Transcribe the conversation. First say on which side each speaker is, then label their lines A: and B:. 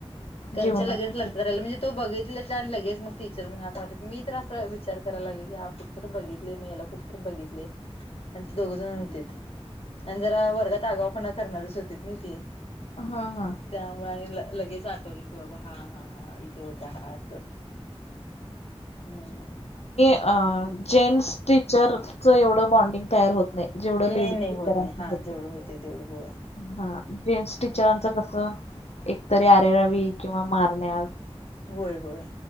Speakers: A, on the left; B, on the left.
A: त्यांच्या
B: जीवनात
A: लगेच लक्षात राहिल म्हणजे तो बघितला आणि लगेच मग टीचर म्हणून हाक मारली मी तर अस विचार कराय लागले की हा कुठतर बघितले मी याला कुठतर बघितलं लय आणि ती दोघ जण होते आणि जरा वर्गात आगावपणा करणारीच होतीत नाही ती
B: हा हा
A: त्यामुळे आणि ल लगेच आठवले की बाबा हा हा तो होता असं हम्म
B: अ जेन्स टीचरच एवढं बॉन्डिंग तयार होत नाही. जेवढं
A: नाही
B: लेडीज
A: नाही
B: टीचरांचं
A: होत नाही हा
B: होते
A: जेवढं होतय तेवढं होय
B: हा. जेन्ट्स टीचरांचं कस एकतरी आरेरावी किंवा मारण्यात
A: होय होय